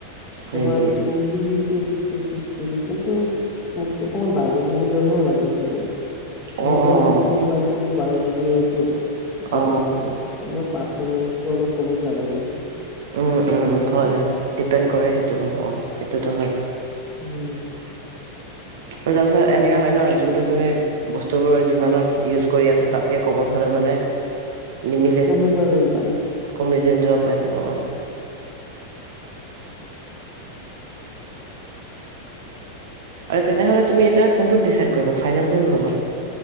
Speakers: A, on the right; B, on the left.
A: হয়
B: তোমাৰ
A: নেকি
B: two fifty six G B কিন্তু মোক অকমান বাৰ জিবি মানৰ লাগিছিলে
A: অ
B: মোৰ
A: অ
B: মানে ইটো মোবাইলটো বাৰ জি বি হয়তো ভাবিলো
A: অ
B: পাফমেঞ্চটো অলপ কমি যাব নেকি
A: উম
B: তেনেকে
A: উম হয়
B: হলে
A: ডিপেণ্ড কৰে সেইটো অ সেইটোতো হয়
B: উম
A: আৰু তাৰপিছত এনেকা হয় ন যোনটো তুমি বস্তুবোৰ যিমানত ইউজ কৰি আছা তাতকে কমত হ'ল মানে নিমিলে
B: কমি যোৱা যেন পাই
A: কম যোৱা পাই অ আৰু তেনেহলে তুমি এতিয়া কোনটো ডিচাইড কৰিবা ফাইনেল কোনটো ল'বা